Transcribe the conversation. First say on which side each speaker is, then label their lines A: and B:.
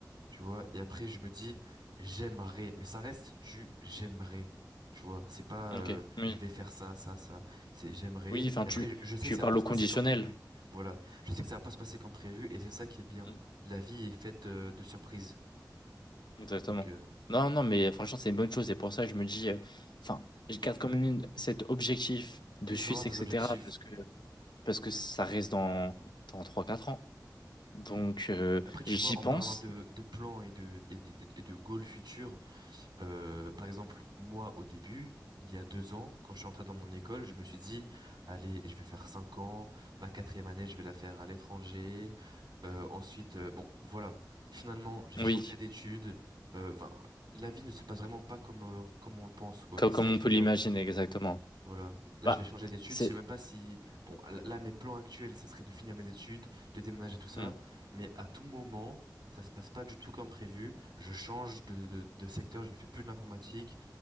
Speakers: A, on the right; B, on the left.
A: Tu vois, et après je me dis j'aimerais, mais ça reste du j'aimerais. Tu vois, c'est pas
B: Ok,
A: euh,
B: oui.
A: je vais faire ça, ça, ça. C'est j'aimerais.
B: Oui, enfin,
A: Et
B: tu,
A: après je je sais
B: tu
A: que ça
B: parles
A: va pas
B: au
A: se
B: conditionnel.
A: passer comme prévu. Voilà, je sais que ça va pas se passer comme prévu et c'est ça qui est bien.
B: Mm.
A: La vie est faite euh, de surprises.
B: Exactement.
A: Donc euh,
B: Non, non, mais franchement, c'est une bonne chose. Et pour ça, je me dis... euh, Enfin, je garde quand même cet objectif de
A: oui, il
B: Suisse,
A: faut avoir des
B: etc.
A: objectifs.
B: Parce que, parce que ça reste dans, dans trois quatre ans. Donc, euh,
A: Après tu
B: j'y
A: vois,
B: pense.
A: en parlant de, de plans et de et, et- et de goals futurs. Euh, par exemple, moi, au début, il y a deux ans, quand je suis entré dans mon école, je me suis dit, allez, je vais faire cinq ans, ma quatrième année, je vais la faire à l'étranger. Euh, ensuite, euh, bon, voilà. Finalement, j'ai
B: Oui,
A: changé d'études. Euh, Enfin, la vie ne se passe vraiment pas comme, euh, comme on le pense, quoi.
B: co-
A: Et c'est
B: comme,
A: ça qui
B: on peut
A: est bien.
B: l'imaginer exactement.
A: Voilà. Là,
B: Bah,
A: je vais changer d'études.
B: c'est.
A: Je sais même pas si, bon, là, là, mes plans actuels, ça serait de finir mes études, de déménager, tout ça.
B: Hmm.
A: Mais à tout moment, ça se passe pas du tout comme prévu. Je change de, de de secteur. Je ne fais plus de l'informatique.